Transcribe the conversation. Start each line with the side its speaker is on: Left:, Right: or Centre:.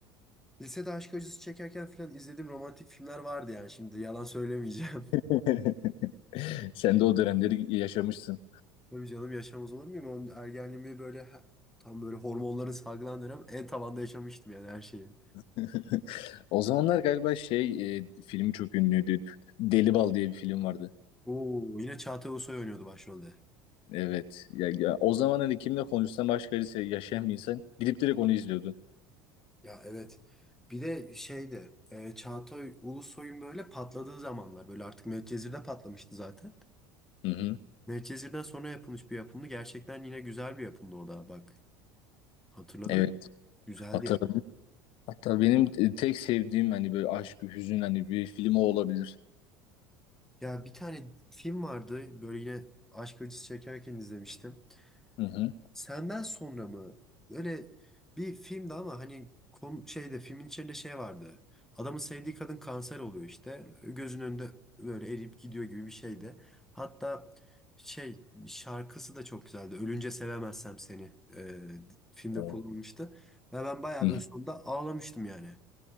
Centre: lisede aşk acısı çekerken falan izlediğim romantik filmler vardı yani şimdi yalan söylemeyeceğim. <laughs>
Left: <laughs> Sen de o dönemleri yaşamışsın.
Centre: Tabii canım yaşamaz olur muyum? Onun ergenliğimi böyle he- tam böyle hormonların salgılan dönem en tavanda yaşamıştım yani her şeyi.
Left: <laughs> O zamanlar galiba şey e, filmi çok ünlüydü. Deli Bal diye bir film vardı.
Centre: Oo, yine Çağatay Ulusoy oynuyordu başrolde.
Left: Evet. Ya, ya o zaman hani kimle konuşsam başka birisi yaşayan bir insan gidip direkt onu izliyordu.
Centre: Ya evet. Bir de şeydi e, Çağatay Ulusoy'un böyle patladığı zamanlar böyle artık Medcezir'de patlamıştı zaten.
Left: Hı hı.
Centre: Medcezir'den sonra yapılmış bir yapımdı. Gerçekten yine güzel bir yapımdı o da bak. Hatırladım.
Left: Evet.
Centre: Güzeldi
Left: Hatırladım.
Centre: yani.
Left: Hatta benim e, tek sevdiğim hani böyle aşk, bir hüzün hani bir film o olabilir.
Centre: Ya bir tane film vardı böyle yine aşk acısı çekerken izlemiştim.
Left: Hı hı.
Centre: Senden sonra mı? Böyle bir filmdi ama hani kom şeyde filmin içinde şey vardı. Adamın sevdiği kadın kanser oluyor işte. Gözünün önünde böyle eriyip gidiyor gibi bir şeydi. Hatta şey şarkısı da çok güzeldi. Ölünce sevemezsem seni e, filmde
Left: Hı
Centre: kullanılmıştı. Ve ben bayağı
Left: hı.
Centre: böyle sonunda ağlamıştım yani.